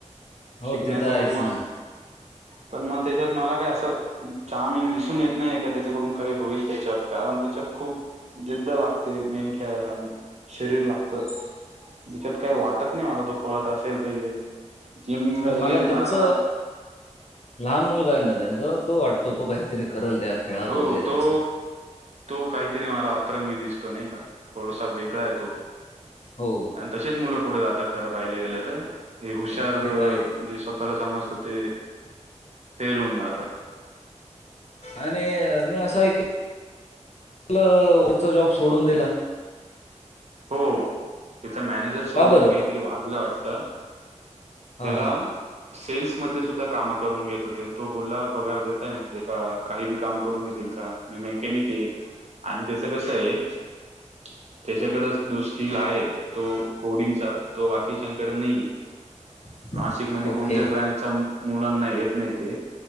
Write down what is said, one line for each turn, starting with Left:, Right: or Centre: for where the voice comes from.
Left: हो
Right: शिकण्याचा
Left: ते तर आहेच
Right: पण मग
Left: ना
Right: पण मग त्याच्यात मला काय असं चामंग दिसून येत नाही का त्याच्याकडून काही होईल त्याच्यात कारण त्याच्यात खूप जिद्द लागते मेन खेळायला आणि शरीर लागतं
Left: ह
Right: त्याच्यात काही वाटत नाही मला तो पळत असेल वगैरे जिम
Left: नाही
Right: वगैरे
Left: मला
Right: मारणार
Left: त्यांच लहान मुलगा आहे ना त्यांचा तो वाटतो तो काहीतरी करल त्या खेळात
Right: हो
Left: वगैरे
Right: तो
Left: असं
Right: तो काहीतरी मला अतरंगी दिसतो नाही का थोडासा वेगळा आहे तो
Left: हो
Right: आणि तसेच मुलं पुढे जाता खरं पाहिलं गेलं तर हे हुशार
Left: अ,
Right: म्हणजे
Left: ते तर आहे
Right: स्वतःला समजत ते फेल होऊन आता
Left: आणि मी असं एक वरचा जॉब सोडून दिला
Right: हो त्याचा मॅनेजर सोबत
Left: का बरं
Right: काहीतरी वाजलं वाटतं.
Left: हां
Right: त्याला
Left: हां
Right: सेल्स मधलं सुद्धा काम करून घेत होते. तो बोलला पगार देताय म्हणजे का काही बी काम करून घेतील. <unintelligible> त्याच्याकडंच जो स्किल आहे, तो कोडिंगचा तो बाकीच्याकडे नाहीये.
Left: <inaudible>
Right: नाशिकमध्ये
Left: ओके
Right: कोणत्याच ब्रँडचा मुलांना येत नाही ते